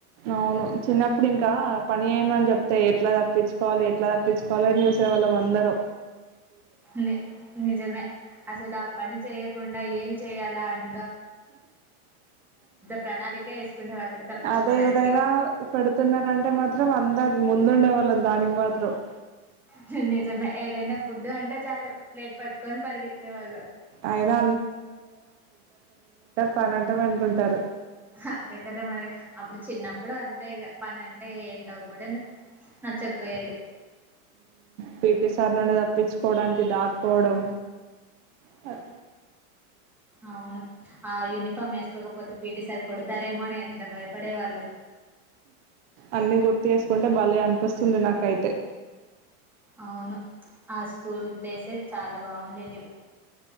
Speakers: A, on the right; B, in the centre.
A: అవును చిన్నప్పుడు ఇంకా పని ఏయమన్ చెప్తే ఎట్లా తప్పించుకోవాలి ఎట్లా తప్పించుకోవాలి చూసేవాళ్ళం అందరం
B: ని నిజేమే అసలా పని చేయకుండా ఏం చేయ్యాలా అం ప్రణాళిక వేసుకునే వాళ్ళం తప్పించుకోవడానికి
A: అదే ఏదైనా పెడుతున్నారంటే మాత్రం అందా ముందుండే వాళ్ళం దానికి మాత్రం బ్రో
B: చెన్నై ఏదైనా ఫుడ్ అంటే చాలు ప్లేట్ పట్టుకొని పరిగెత్తే వాళ్ళం
A: అయినా పనింటాం అనుకుంటారు
B: అంతే కదా మరి అప్పుడు చిన్నప్పుడు అంతే ఇక పని అంటే ఏంటో కూడా నచ్చకపోయేది
A: పిటి సార్ నుండి తప్పిచ్చు పోవడానికి దాక్కోడం సర్
B: అవును ఆ యూనిఫాం ఫామ్ వేసుకోకపోతే పిటిసర్ కొడతారేమో అని ఎంత భయపడే వాళ్ళు
A: అన్నీ గుర్తు చేసుకుంటే భలే అనిపిస్తుంది నాకైతే
B: అవును ఆ స్కూల్ డేసే చాలా బాగుండేటివి